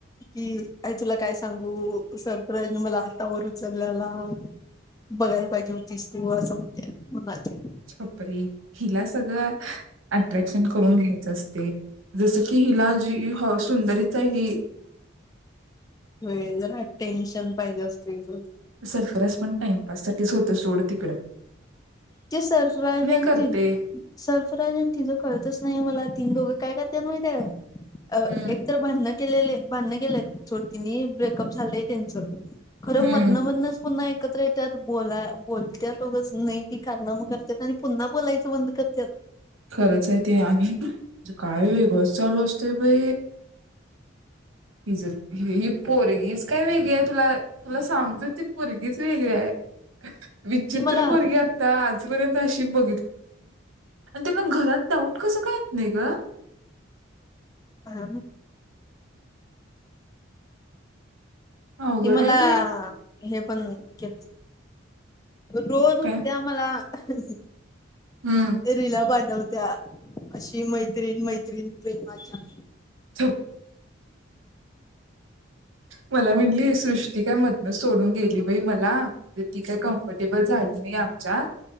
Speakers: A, on the left; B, on the right.
A: की अ तुला काय सांगू सरप्राईजने मला हातावर उचललेला बघायला पाहिजे होतीस तू असं म त्या म्हणाले.
B: छपरी हिला सगळं अट्रॅक्शन करून घ्यायचं असते जसं की हिला जी सुंदरीचा हाय ही.
A: होय जरा टेन्शन पाहिजे असतय रोज.
B: सरकस पण टाइमपास साठीच होत सोड. तिकडें.
A: ते सर्फराजन
B: करते
A: ते सर्फराजन तिचं कळतच नाही मला तीन दोघ काय करत्यात माहिती आहे काय? अ
B: हम्म
A: एकतर भांडण केलेले बांधण गेले चोडतीने ब्रेकअप झालेय त्यांचं खरं
B: हम्म
A: मधनंमधनच पुन्हा एक एकत्र येत बो बोलतो नाही ती कारनामं करत आणि पुन्हा बोलायचं बंद करतात
B: खरंच आहे ते आणि काय वेगच चालू असते ब हि ही पोरगीज काय वेगळी तुला तुला सांगतोय ती पोरगीज वेगळी आहे विचित्र
A: ती मला
B: पोरगी आता आज अ ब त्यांना घात डाऊट कस का नाही ग
A: का
B: अवघड
A: तम्हाला
B: आहे बाई
A: हे पण घ रोज उठते
B: काय
A: आम्हाला हम
B: हम्म
A: ह रिला पाटवर त्या अशी मैत्रीण मैत्रीण प्रेमाच्या
B: प मला म्हटलीय सृष्टिका म न सोडून गेली बाई मला तर ती काही कम्फर्टेबल झाली नाही आमच्यात